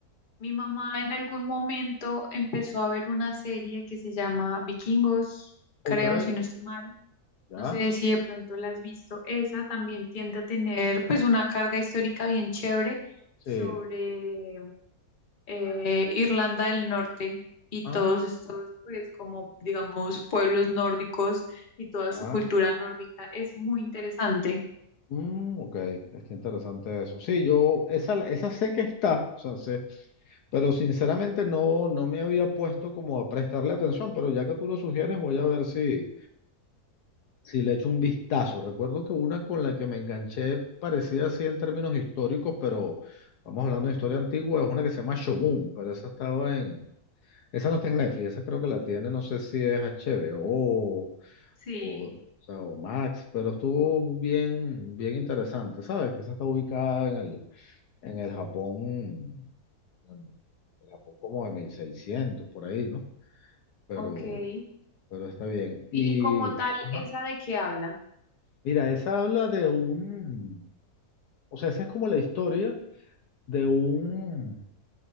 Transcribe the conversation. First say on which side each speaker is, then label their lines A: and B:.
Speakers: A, on the left; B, on the left.
A: Mi mamá en algún momento empezó a ver una serie que se llama Vikingos,
B: Ok,
A: creo, si no estoy mal.
B: ya,
A: No sé si de pronto la has visto. Esa también tiende a tener pues una carga histórica bien chévere
B: sí.
A: sobre eh, Irlanda del Norte y todos
B: Ah,
A: estos pues como digamos pueblos nórdicos y toda
B: ya.
A: su cultura nórdica. Es muy interesante.
B: Mm, ok, está interesante eso. Sí, yo esa, esa sé que está, o sea, sé, pero sinceramente no, no me había puesto como a prestarle atención, pero ya que tú lo sugieres, voy a ver si, si le echo un vistazo. Recuerdo que una con la que me enganché parecía así en términos históricos, pero vamos hablando de historia antigua, es una que se llama Shogun, pero esa estaba en, esa no está en Netflix, esa creo que la tiene, no sé si es HBO o,
A: Sí,
B: o sea, o Max, pero estuvo bien, bien interesante, ¿sabes? Que esa está ubicada en el, en el Japón, en el Japón como de 1600 por ahí, ¿no? Pero,
A: ok. Y,
B: pero está bien. Y
A: y como tal,
B: Ajá.
A: ¿esa de qué habla?
B: mira, esa habla de un, o sea, esa es como la historia de un,